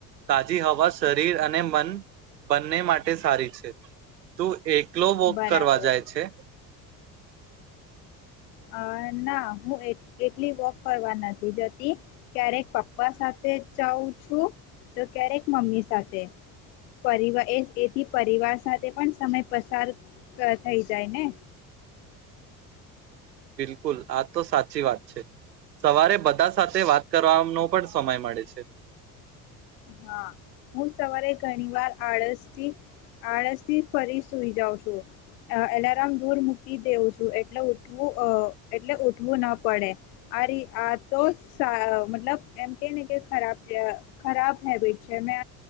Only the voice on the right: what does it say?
તાજી હવા શરીર અને મન. બંને માટે સારી છે તું એક. ક્લો વોક
કરવા જાય છે.
બિલકુલ આ તો સાચી વાત છે સવારે બધા સાથે વાત કરવાનો પણ સમય મળે છે.